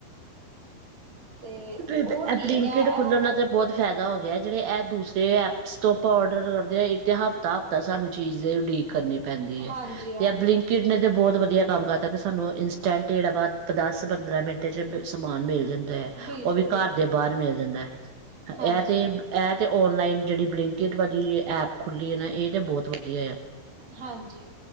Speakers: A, on the right; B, on the right.
A: ਤੇ
B: ਬੇ
A: ਉਹ
B: ਬ ਐਹ
A: ਠੀਕ
B: ਬਲਿੰਕਟ
A: ਹੈ
B: ਖੁੱਲਣ
A: ਉਹ
B: ਨਾਲ ਤੇ ਬੋਤ ਫੈਦਾ ਹੋ ਗਿਆ, ਜੇੜੇ ਐਹ ਦੂਸਰੇ ਐਪਸ ਤੋਂ ਆਪਾਂ ਔਡਰ ਕਰਦੇ ਆ ਇੱਕ ਤੇ ਹਫ ਹਫ਼ਤਾ-ਹਫ਼ਤਾ ਸਾਨੂੰ ਚੀਜ਼ ਲ‌ਈ ਉਡੀਕ ਕਰਨੀ ਪੈਂਦੀ ਐ,
A: ਹਾਂਜੀ ਹਾਂਜੀ
B: ਤੇ ਐ ਬਲਿੰਕਟ ਨੇ ਤੇ ਬੋਤ ਵਧੀਆ ਕੰਮ ਕਰਤਾ ਕਿ ਸਾਨੂੰ ਇੰਨਸਟੈਂਟ ਜੇੜਾ ਵਾ ਦਸ-ਪੰਦਰਾਂ ਮਿੰਟ ਚ ਸਮਾਨ ਮਿਲ ਜਾਂਦਾ ਐ।
A: ਬਿਲਕੁਲ,
B: ਓ ਵੀ
A: ਬਿਲਕੁਲ।
B: ਘਰ ਬਾਰ ਮਿਲ ਜਾਂਦਾ ਐ,
A: ਹਾਂਜੀ,
B: ਐਹ ਤੇ ਐਹ ਤੇ ਔਨਲਾਈਨ ਜੇੜੀ ਬਲਿੰਕਟ ਵਾਲੀ ਐਪ ਖੁੱਲੀ ਐ ਨਾ ਏ ਤੇ ਬਹੁਤ ਵਧੀ ਧੀਆ ਏ ਆ।
A: ਹਾਂਜੀ।